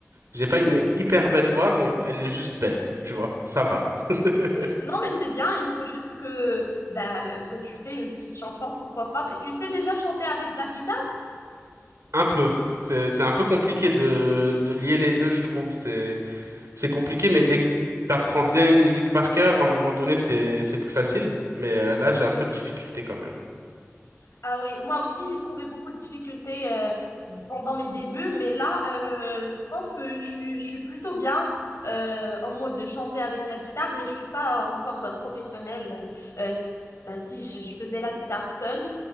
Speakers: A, on the right (about 75°); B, on the left (about 75°).
A: j'ai pas une hyper belle voix, mais elle est juste belle. Tu vois, ça va. <laughs>
B: Non, mais c'est bien, il faut juste que, bah, que tu fais une petite chanson, pourquoi pas. Bah, tu sais déjà chanter avec de la guitare?
A: Un peu. C'est, c'est un peu compliqué de, de lier les deux, je trouve. C'est, c'est compliqué, mais dès que t'apprends bien une musique par cœur, à un moment donné, c'est, c'est plus facile. Mais euh, là, j'ai un peu de difficulté quand même.
B: Ah oui, moi aussi j'ai trouvé beaucoup de difficultés euh, pendant mes débuts, mais là euh, je pense que je, suis je suis plutôt bien euh, en mode de chanter avec la guitare, mais je suis pas encore professionnelle. Euh, si, bah, si je, je faisais la guitare seule,